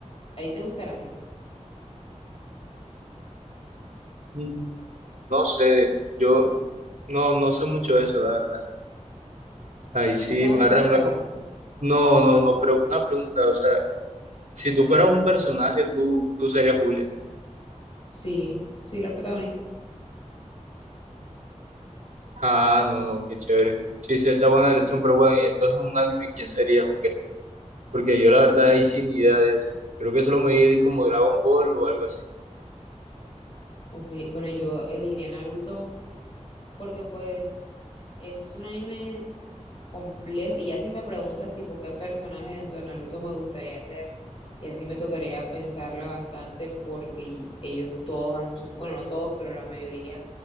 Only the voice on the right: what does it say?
Mm. No sé, yo no, no sé mucho de eso, la verdad. Ahí sí
me agarra
en blanco.
No, no, no, pero una pregunta, o sea, si tú fueras un personaje, tú, tú serías Julia.
Ah, no, no, qué chévere. Sí, sí, esa es buena elección, pero bueno, y entonces un anime, ¿quién sería o qué? Porque yo la verdad ahí sin idea de eso. Creo que solo me vi como Dragon Ball o algo así.